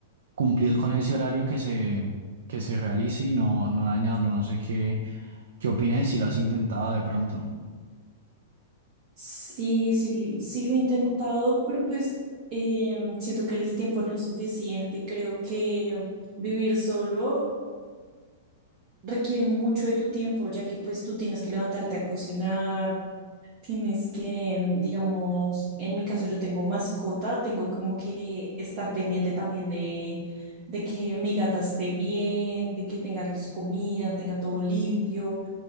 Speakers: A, on the right (about 75°); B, on the right (about 30°).
A: cumplir con ese horario que se, que se realice y no, no dañarlo. No sé qué, qué opinas si lo has intentado de pronto.
B: Sí, sí, sí lo he intentado, pero pues em, siento que el tiempo no es suficiente. Creo que vivir solo requiere mucho de tu tiempo, ya que pues tú tienes que levantarte a cocinar, tienes que, em, digamos, en mi caso yo tengo mascota, tengo como que estar pendiente también de, de que mi gata esté bien, de que tenga su comida, tenga todo limpio.